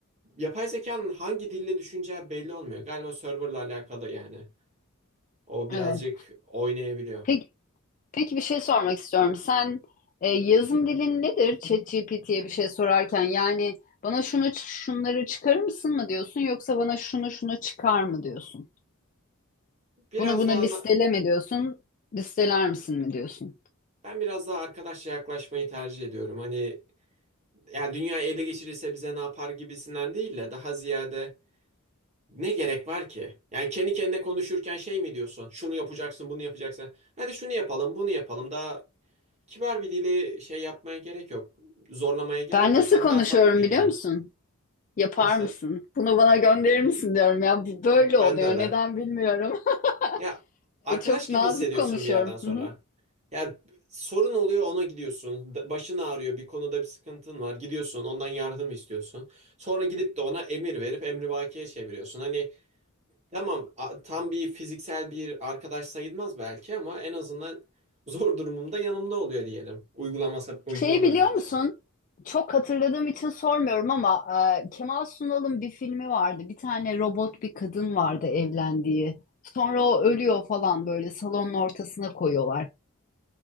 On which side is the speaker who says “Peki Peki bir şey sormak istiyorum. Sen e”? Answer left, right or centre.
Left